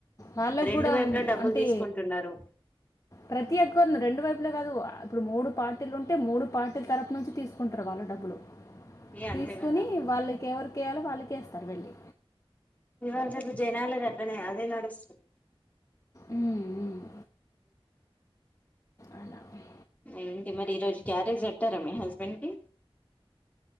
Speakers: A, on the left (about 35°); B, on the left (about 15°).
A: వాళ్ళకి
B: రెండు
A: గూడాం
B: వైపులా డబ్బులు
A: అంటే
B: తీసుకుంటున్నారు
A: ప్రతి ఒక్కరును రెండు వైపులే గాదు ఇప్పుడు మూడు పార్టీలు ఉంటే మూడు పార్టీల తరపు నుంచి తీసు కుంటారు వాళ్ళ డబ్బులు
B: ఏ అంతే
A: తీసుకొని
B: కదా
A: వాళ్ళకి ఎవరు కీయాలో వాళ్ళకేస్తారు వెళ్ళి
B: ఇవాళ రేపు జనాల గట్టనే అదే నడుస్తుంది.
A: ఉమ్ ఉమ్ అలా వే
B: ఏంటి మరి ఈ రోజు క్యారేజ్ బెట్టారా మీ హస్బెండ్ కి